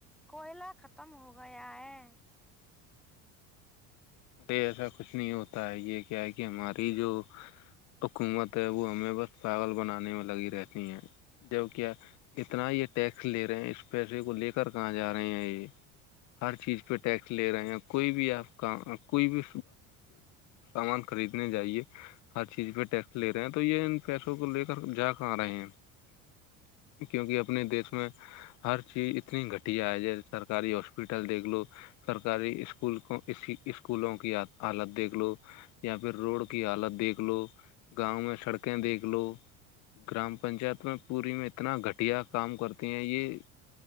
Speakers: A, in the centre; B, on the left.
A: کوئلہ ختم ہو گیا ہے
B: ارے ایسا کچھ نہیں ہوتا ہے یہ کیا ہے کہ ہماری جو حکومت ہے وہ ہمیں بس پاگل بنانے میں لگی رہتی ہیں جب کیا اتنا یہ ٹیکس لے رہے ہیں اس پیسے کو لے کر کہاں جا رہے ہیں یہ ہر چیز پہ ٹیکس لے رہے ہیں کوئی بھی آپ کا کوئی بھی سامان خریدنے جاہے ہر چیز پہ ٹیکس لے رہے ہیں تو یہ ان پیسوں کو لے کر جا کے آ رہے ہیں کیونکہ اپنے دیس میں ہر چیز اتنی گھٹیا ہے جی سرکاری ہاسپٹل دیکھ لو سرکاری اسکول کو اسی اسکولوں کی حالت دیکھ لو یا پھر روڈ کی حالت دیکھ لو گاؤں میں سڑکیں دیکھ لو گرام پنچایت میں پوری میں اتنا گھٹیا کام کرتے ہیں یہ